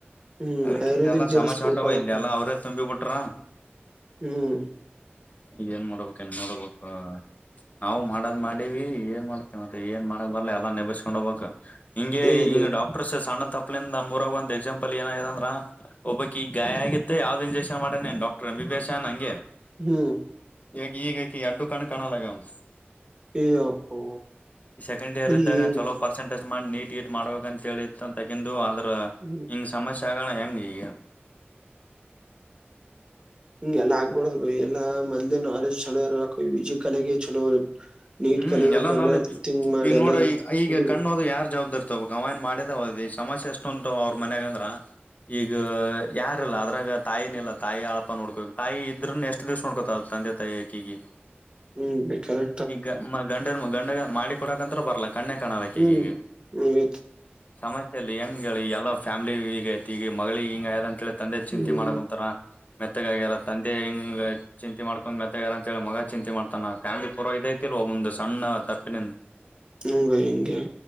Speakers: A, on the right; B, on the left.
A: ಹ್ಮ್
B: ಅದಕ್ಕೆ
A: ಆಯುರ್ವೇದಿಕ್
B: ಇಲ್ಲ ಎಲ್ಲಾ
A: ಜರ
B: ಸಮಸ್ಯೆ
A: ಸ್ಕೋಪ್
B: ಉಂಟಾವ
A: ಅದ
B: ಇಲ್ಲಿ
A: ಕಣೆ
B: ಎಲ್ಲಾ ಅವ್ರೇ ತುಂಬಿ ಬಿಟ್ರ
A: ಹ್ಮ್
B: ಇದಏನ್ ಮಾಡೋಡ್ಬೇಕ ನ್ ನೋಡ್ಬೇಕ ನಾವು ಮಾಡದ್ ಮಾಡಿವ ಏನ್ ಮಾಡ್ತೇವೆ ಮತ್ತ ಏನ್ ಮಾಡಕ್ ಬರ್ಲ್ಲ ಎಲ್ಲಾ ನೆಬಿಸಕೊಂಡ್ ಹೋಗ್ಬೇಕಕ್. ಇಂಗ
A: ಇರ್ಬೇಕು
B: ಇಂಗ ಡಾಟರ್ಸ್ ಸಣ್ಣ ತಪ್ಲಿಂದ ಮೂರಾಗ ಒಂದ ಎಕ್ಸಾಂಪಲ್ ಏನಾಗಿದೆ ಅಂದ್ರೆ ಒಬ್ಬಕ ಈ ಗಾಯ ಆಗಿ ಯಾವ್ದ ಇಂಜೆಕ್ಷನ್ ಮಾಡೇ ಡಾಕ್ಟರ್ ಅಂಬ ಪಸ ಅನಂಗೆ
A: ಹ್ಮ್
B: ಈಗ ಈಗಕಿ ಎಡ್ಡು ಕಣ್ ಕಾಣಲ್ಲಗ ಉಂತ
A: ಏ ಅಪ್ಪೋ
B: ಸೆಕೆಂಡ್ ಇಯರ್
A: ಬೈ
B: ಇದ್ದಾಗ
A: ಏನ್
B: ಚಲೋ ಪರ್ಸೆಂಟ್ ಟ್ ಮಾಡಿ ನೀಟ್ ಗಟ್ ಮಾಡ್ಬೇಕ ಅಂತ ಹೇಳಿ ತಗಂದು ಆದ್ರ
A: ಹ್ಮ್
B: ಹಿಂಗ್ ಸಮಸ್ಯೆ ಆ ಏಂಗಗ
A: ಹಿಂಗೆ ಎಾ ಆಗ್ಬಾರಡದುಎಲ್ಲಾ ಮೊದ್ನಾಲೆಜ್ ಚಲೋ ಇರ್ಬೇಕ ವಿಜಿಕಲಗೆ ಚಲೋ ನೀಟ್
B: ಹ್ಮ್
A: ಕಲಿಬೇಕು
B: ಎಲ್ಲ
A: ಎಲ್ಲಾ
B: ನಲಿ
A: ಥಿಂಕ್ ಮಾಡಿ
B: ಈಗ
A: ಎಲ್ಲಾ
B: ನೋಡ ಈ ಈಗ
A: ಕಲಿಬೇಕು
B: ಕಣ್ಣುದ ಯಾರ್ ಜವಾಬ್ದಾರಿ ಕಮಾಯನ್ ಮಾಡಿದ ಹೋದ್ ಈಗ ಸಮಸ್ಯೆ ಎಷ್ಟು ಉಂಟು ಅವ್ರ ಮನ್ಯಾಗ ಅಂದ್ರ ಈಗ ಯಾರಿಲ್ಲ ಅದ್ರಾಗ ತಾಯಿನಿಲ್ಲಾ ತಾಯಿ ಅಳಪ ನೋಡ್ಕೋ ತಾಯಿ ಇದ್ರ ಎಷ್ಟ್ ದಿವ್ಸ ನೋಡ್ಕೋತಲ್ ತಂದೆ ತಾಯಿಕಿಗೆ
A: ಹ್ಮ್ ಬೇಕಾರೆ
B: ಈಗ ಮ ಗಂಡ ಗಂಡ ಮಾಡಿ ಕೊಡಕಂತತ್ರ ಬರ್ಲ ಕಣ್ಣಯ ಕಾಣಳಕ್ಕೆಗ
A: ಬೈ ಹ್ಮ್ ಹ್ಮ್
B: ಸಮ ಎಲ್ಲಿ ಹೆಂಗ ಹೇಳಿ ಎಲ್ಲ ಫ್ಯಾಮಿಲಿ ಈಗ ಐತಿ ಈಗ ಮಗಳಿಗೆ ಹಿಂಗ ಆಯದ ಅಂತ ಹೇಳ ತಂದೆ ಚಿಂತೆಮಾಡಕೊಂತರ
A: ಹ್ಮ್
B: ಮೆತ್ತಗ ಆಗ್ಯಾರ ತಂದೆ ಹಿಂಗ ಚಿಂತೆ ಮಾಡಕೊಂಡ್ ಮೆತ ಯಾರ ಅಂತ ಹೇಳಿ ಮಗ ಚಿಂತೆ ಮಾಡ್ತಾನ ಫ್ಯಾಮಿಲಿ ಪೂರ್ವ ಇದೈ ಒಂದು ಸಣ್ಣ ತಪ್ಪಿನ
A: ಹಂಗ ಹಿಂಗೆ